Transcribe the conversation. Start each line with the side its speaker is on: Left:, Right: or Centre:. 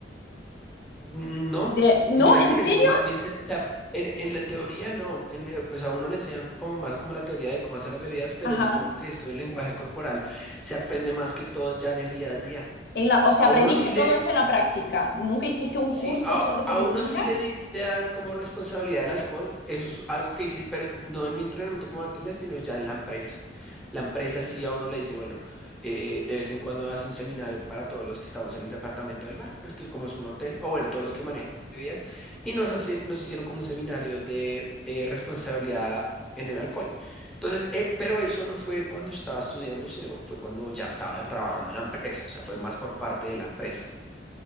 Centre: no,
Left: De, no,
Centre: mira
Left: ¿en
Centre: que
Left: serio?
Centre: eso es más bien, se- o sea, en, en la teoría no, en, eh, pues a uno le enseñan como más como la teoría de cómo hacer las bebidas, pero
Left: Ajá.
Centre: yo creo que esto del lenguaje corporal se aprende más que todos ya en el día a día.
Left: En la, o sea,
Centre: A
Left: aprendiste
Centre: uno sí le,
Left: todo eso en la práctica. ¿Nunca hiciste un
Centre: Sí,
Left: curso
Centre: a,
Left: sobre ese
Centre: a
Left: tipo?
Centre: uno
Left: Mira,
Centre: sí le, di- le dan como responsabilidad el alcohol, eso es algo que hice, pero no en mi entrenamiento como bartender, sino ya en la empresa. La empresa sí a uno le dice, bueno, eh, de vez en cuando hace un seminario para todos los que estamos en el departamento del bar, pues que como es un hotel, o bueno, todos los que manejan bebidas, y nos hacen, nos hicieron como un seminario de eh, responsabilidad en el alcohol. Entonces, eh, pero eso no fue cuando estaba estudiando, sino fue cuando ya estaba trabajando en la empresa, o sea, fue más por parte de la empresa.